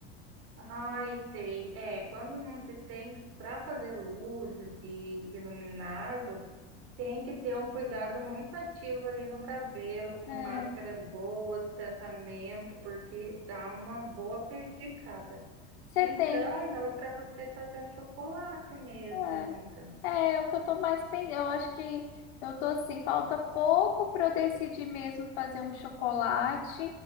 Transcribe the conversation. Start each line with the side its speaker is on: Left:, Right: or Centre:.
Right: Ai, sei. É, quando não se tem para fazer luzes e iluminado. Tem que ter um cuidado muito ativo ali no cabelo, com
Left: É,
Right: máscaras boas, tratamento, porque dá uma boa prejudicada.
Left: você
Right: Então,
Left: tem.
Right: dava para você fazer um chocolate mesmo,
Left: é.
Right: amiga.
Left: É, é o que eu tô mais pensando. Eu acho que eu tô assim, falta pouco para eu decidir mesmo fazer um chocolate